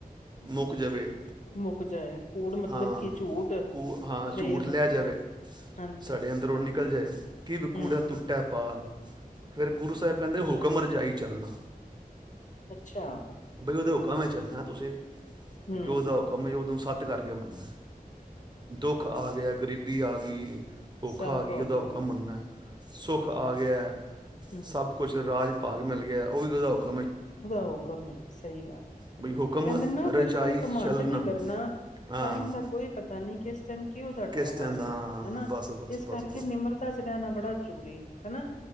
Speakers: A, on the right; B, on the left.
A: ਮੁੱਕ ਜਾਵੇ
B: ਮੁੱਕ ਜਾਏ ਕੂੜ ਮਤਲਬ
A: ਹਾਂ
B: ਕਿ ਝੂਠ
A: ਕੂ ਹਾਂ
B: ਪ੍ਰੇਮ
A: ਝੂਠ ਲਿਆ ਜਾਵੇ
B: ਹਾਂਜੀ,
A: ਸਾਡੇ ਅੰਦਰ ਉਹ ਨਹੀਂ ਨਿਕਲ ਜਾਏ ਕਿਵ ਕੂੜਾ
B: ਹੂੰ-ਹੂੰ,
A: ਤੁਟੈ ਪਾਰ ਫਿਰ ਗੁਰੂ ਸਾਹਿਬ ਕਹਿੰਦੇ ਹੋ ਕਮਰ ਜਾਈ ਚੱਲਣਾ
B: ਅੱਛਾ
A: ਬਈ ਉਹਦੇ ਹੁਕੁਮ ਮੈਂ ਚੱਲਣਾ ਤੁਸੀਂ
B: ਹੂੰ-ਹੂੰ।
A: ਜੋ ਉਸਦਾ ਹੁਕੁਮ ਏ ਸੱਤ ਕਰਕੇ ਮੰਨਣਾ ਦੁੱਖ ਆ ਗਿਆ ਗ਼ਰੀਬੀ ਆ ਗਈ ਭੁਖਾ
B: ਸਭ
A: ਆ
B: ਉਹਦਾ
A: ਗਈ ਇਹਦਾ
B: ਹੁਕਮ
A: ਕਾ
B: ਹੈ
A: ਮੰਨਨਾ ਸੁੱਖ ਆ ਗਿਆ
B: ਹਮ
A: ਸਭ ਕੁਛ ਰਾਜ ਭਾਗ ਵੀ ਮਿਲ ਗਿਆ ਉਹ ਵੀ ਉਸਦਾ ਹੁਕੁਮ
B: ਉਹਦਾ ਹੁਕਮ ਹੈ ਸਹੀ ਗੱਲ
A: ਬਈ ਹੁਕਮ
B: ਕਹਿੰਦੇ ਨਾ
A: ਰਜਾਈ
B: ਬਿਲਕੁਲ ਘਮੰਡ
A: ਚੱਲਣਾ
B: ਨੀ ਕਰਨਾ
A: ਹਾਂ
B: ਟਾਈਮ ਦਾ ਕੋਈ ਪਤਾ ਨਹੀਂ ਕਿਸ ਟਾਈਮ ਕਿਹੋ ਜਿਹਾ
A: ਕਿਸ
B: ਟਾਈਮ ਆ ਜਾਏ
A: ਹਾਂ ਹਾਂ
B: ਹਨਾ
A: ਬਸ ਬਸ
B: ਇਸ
A: ਬਸ
B: ਕਰਕੇ
A: ਬਸ
B: ਨਿਮਰਤਾ ਚ ਰਹਿਣਾ ਬੜਾ ਜ਼ਰੂਰੀ ਹਨਾ